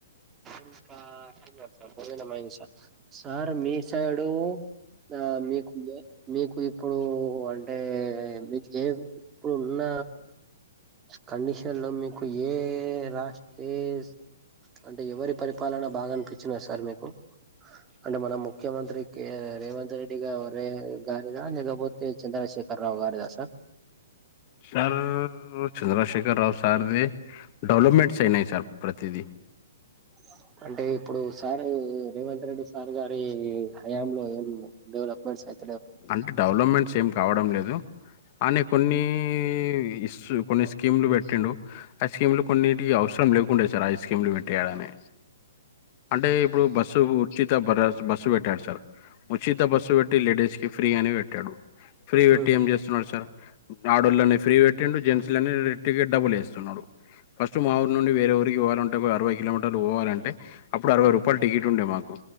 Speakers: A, on the right; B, on the left.
A: ఇంకా <unintelligible> సార్ సార్ మీ సైడు. ఆహ్ మీకు దా. మీకు ఇప్పుడు అంటే మీకు ఏం ఇప్పుడున్న. కండిషన్ లో మీకు ఏ రాశి ఏస్. అంటే ఎవరి పరిపాలన బాగా అనిపించింది సార్ మీకు అంటే మన ముఖ్యమంత్రికే. రేవంత్ రెడ్డి గ వరే గారిదా లేకపోతే చంద్రశేఖర్ రావు గారిదా సార్.
B: సార్ చంద్రశేఖర రావు సార్ది డెవలప్మెంట్స్ అయినాయి సార్. ప్రతిది.
A: ఆహ్. అంటే ఇప్పుడు సార్ రేవంత్ రెడ్డి సార్ గారి హయాంలో ఏం డెవలప్మెంట్స్ అయి.
B: అంటే డెవలప్మెంట్స్ ఏం కావడం లేదు. అనే కొన్ని ఇస్ కొన్ని స్కీములు పెట్టిండు ఆ స్కీములు కొన్నింటికి అవస. అవసరం లేకుండే సార్ ఐ స్కీమ్లు పెట్టేయడని. అంటే ఇప్పుడు బస్సు ఉచిత బరస్ బస్సు పెట్టాడు సార్. ఉచిత బస్సు పెట్టి లేడీస్ కి ఫ్రీ అని పెట్టాడు ఫ్రీ
A: హ్మ్
B: పెట్టి ఏం చేస్తున్నాడు సార్. ఆడలని ఫ్రీ పెట్టిండు జెంట్స్లని టికెట్ డబ్బులేస్తున్నాడు ఫస్ట్ మా ఊరు. ఇప్పుడు వేరే ఊరికి పోవ్వాలంటే అరవై కిలోమీటర్లు పోవాలంటే అప్పుడు అరవై రూపాయ టికెట్ ఉండే మాకు.